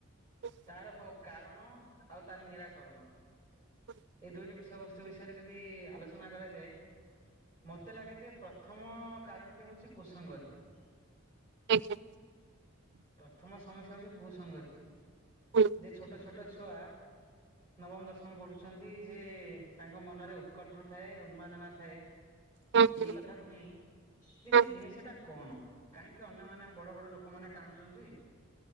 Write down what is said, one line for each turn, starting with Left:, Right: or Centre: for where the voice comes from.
Right: ହୁଁ
Left: ତାର କାରଣ ଆଉ ତାର ନିରାକରଣ
Right: ହୁଁ
Left: ଏଇ ଦୁଇଟି ବିଷ ବସ୍ତୁ ବିଷୟରେ ଯଦି ଆଲୋଚନା କରାଯାଏ। ମତେ ଲାଗେ ଯେ ପ୍ରଥମ କାରଣଟି ହଉଛି କୁସଙ୍ଗତି।
Right: ଆଜ୍ଞା।
Left: ପ୍ରଥମ ସମସ୍ୟା ହଉଛି କୁସଙ୍ଗତି
Right: ହୁଁ
Left: ଯେ ଛୋଟ ଛୋଟ ଛୁଆ ନବମ ଦଶମ ପଢୁଛନ୍ତି ଯେ ତାଙ୍କ ମନରେ ଉତ୍କଣ୍ଠା ଥାଏ ଉନ୍ମାଦନା ଥାଏ।
Right: ହୁଁ ହୁଁ
Left: ଏଇ କଥାକୁ ନେଇ ଯେ
Right: ହୁଁ
Left: ସେ ଜିନିଷ ଟା କଣ କାହିଁକି ଅନ୍ୟ ମାନେ ଆମ ବଡ ବଡ ଲୋକମାନେ ଟାଣୁଛନ୍ତି।